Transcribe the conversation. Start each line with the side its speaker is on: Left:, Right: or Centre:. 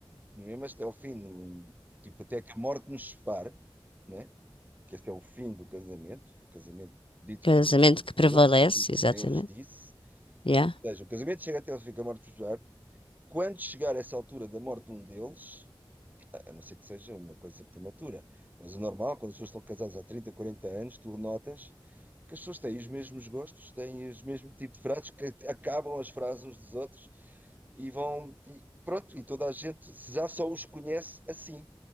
Right: mesmo até ao fim, no- tipo até que a morte nos separe, né? Que esse é o fim do casamento, do casamento dito
Left: Casamento
Right: por, por
Left: que prevalece,
Right: Deus, aquilo que
Left: exatamente.
Right: Deus disse.
Left: Yeah.
Right: Ou seja, o casamento chega até ao fim, que a morte nos separe. Quando chegar essa altura da morte de um deles, a não ser que seja uma coisa prematura. Mas o normal, quando as pessoas estão casadas há 30, 40 anos, tu notas que as pessoas têm os mesmos gostos, têm os mesmos tipos de frases, que acabam as frases uns dos outros e vão. E pronto, e toda a gente já só os conhece assim.